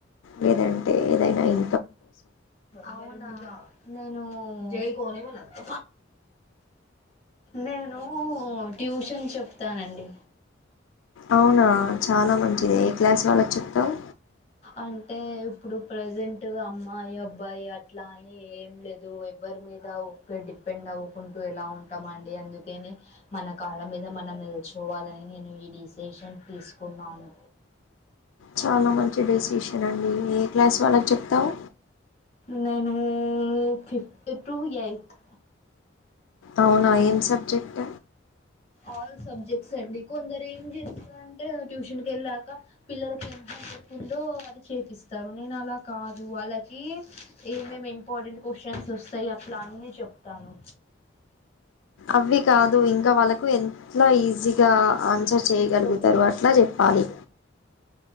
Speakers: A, on the left; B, on the left.
A: లేదంటే ఏదైనా ఇ
B: అవునా నేను జయికోని ఉన్నది నేను ట్యూషన్ చెప్తానండి
A: అవునా చాలా మంచిది ఏ క్లాస్ వాళ్ళకి చెప్తావ్
B: అంటే ఇప్పుడు ప్రజెంట్ అమ్మాయి అబ్బాయి అట్లా అని ఏం లేదు ఎవరి మీద ఒక డిపెండ్ అవుకుంటూ ఎలా ఉంటామండి అందుకనే మన కాళ్ళ మీద మనం నిలుచోవాలని నేను ఈ డిసిషన్ తీసుకున్నాను
A: చాలా మంచి డెసిషన్ అండి ఏ క్లాస్ వాళ్ళకు చెప్తావ్
B: నేను ఫిఫ్త్ టు ఎయిట్త్
A: అవునా ఏం సబ్జెక్ట్
B: ఆల్ సబ్జెక్ట్ స్ అండి కొందరు ఏం చేస్తారు అంటే ట్యూషన్కి వెళ్ళాక పిల్లలకి ఏం హోమ్ వర్క్ ఉందో అది చేపిస్తారు నేను అలా కాదు వాళ్ళకి ఏమేమి ఇంపార్టెంట్ క్వశ్చన్స్ వస్తాయి అట్లా అన్నీ చెప్తాను
A: అవి కాదు ఇంకా వాళ్ళకి కు ఎట్ల ఈజీగా ఆన్సర్ చేయగలుగుతారో
B: ఓకే గారు
A: అట్లా
B: తర్వాత
A: చెప్పాలి